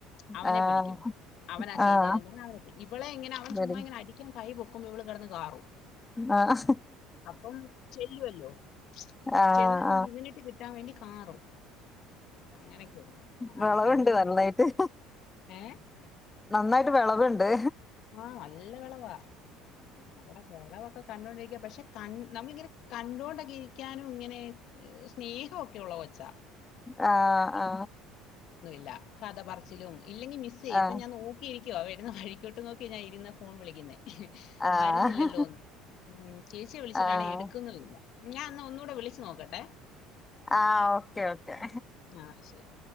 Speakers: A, on the left (about 60°); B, on the left (about 20°).
A: അവനെ
B: ആഹ് ആഹ്
A: പിടിക്കും. അവനാ ചെയ്തേന്നും
B: ആഹ്
A: പറഞ്ഞ് അവനെ പിടിക്കും. ഇവളെ ഇങ്ങനെ അവൻ
B: ഇബടിം
A: ചുമ്മാ ഇങ്ങനെ അടിക്കാൻ കൈ പൊക്കുമ്പോ ഇവള് കിടന്ന് കാറും
B: ആഹ്
A: അപ്പം ചെല്ലുവല്ലോ,
B: ആഹ്
A: ചെന്ന് കഴിഞ് ഇവനിട്ട് കിട്ടാൻ വേണ്ടി കാറും അങ്ങനൊക്കെ ഉണ്ട് ആ
B: വിളവുണ്ട്
A: അങ്ങനെ
B: വെള്ളായിട്ട്
A: ഏ
B: നന്നായി വിളവുണ്ട്.
A: ആ നല്ല വിളവാ അങ്ങനെ വിളവൊക്കെ കണ്ടോകൊണ്ടിരിക്കാം പക്ഷേ കൺ നന്മളിങ്ങനെ കണ്ടോണ്ടങ്ങക്കെയിരിക്കാനും ഇങ്ങനെ സ്നേഹമൊക്കെയുള്ള കൊച്ചാ.
B: ആ ആ
A: ല്ല കഥ പറച്ചിലും. ഇല്ലെങ്കിൽ മിസ്സ് ചെയ്യും,
B: ആഹ്
A: ഇപ്പ ഞാൻ നോക്കിയിരിക് ക്കോ, വരുന്ന വഴിക്കോട്ടു നോക്കി ഇരുന്നാ ഞാൻ ഫോൺ വിളിക്കുന്നെ.
B: ആഹ്
A: വരുന്നില്ലല്ലോന്ന്. ഉം തിരിച്ചു വിളിച്ചിട്ടാണെങ്കി
B: ആഹ്
A: എടുക്കുന്നുമില്ല. ഞാൻ അന്നാ ഒന്നൂടെ വിളിച്ചു നോക്കട്ടെ.
B: ആ ഓക്കേ ഓക്കേ.
A: ആ ശരി.